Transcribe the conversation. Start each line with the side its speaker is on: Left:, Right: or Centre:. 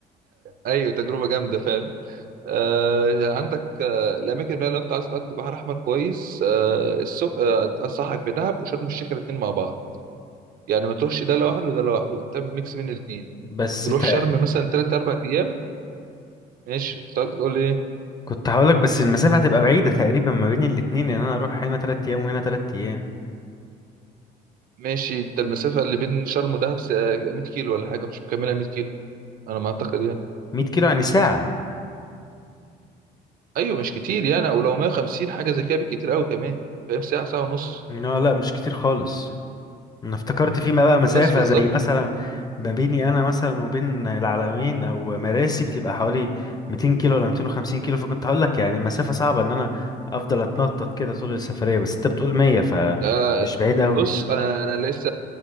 Right: ايوه تجربه جامده فعلا آه، عندك آه، الاماكن بقى لو انت عايز تقضي بحر احمر كويس آه، السخ آه، انصحك بدهب وشرم الشيخ الاثنين مع بعض يعني ما تروحش ده لوحده وده لوحده تعمل ميكس بين الاثنين
Left: بس
Right: تروح
Left: تق...
Right: شرم مثلا ثلاث اربع ايام ماشي تقعد تقول لي
Left: كنت هقولك بس المسافة هتبقى بعيدة تقريبا ما بين الاتنين ان انا اروح هنا تلات ايام وهنا تلات ايام
Right: ماشي انت المسافه اللي بين شرم ودهب س- 100 كيلو ولا حاجه مش مكملها 100 كيلو انا ما اعتقد يعني
Left: مية كيلو يعني ساعة
Right: ايوه مش كتير يعني او لو 150 حاجه زي كده بالكتير قوي كمان فاهم ساعه ساعه ونص
Left: لا لا مش كتير خالص انا افتكرت فيما بقى مسافة
Right: بس بالظبط
Left: زي مثلا ما بيني انا مثلا وبين العلمين او مراسي بتبقى حوالي 200 كيلو ولا 250 كيلو فكنت هقولك يعني مسافة صعبة ان انا افضل اتنطط كده طول السفرية بس انت بتقول 100 فمش
Right: ده
Left: بعيد قوي
Right: بص انا انا لسه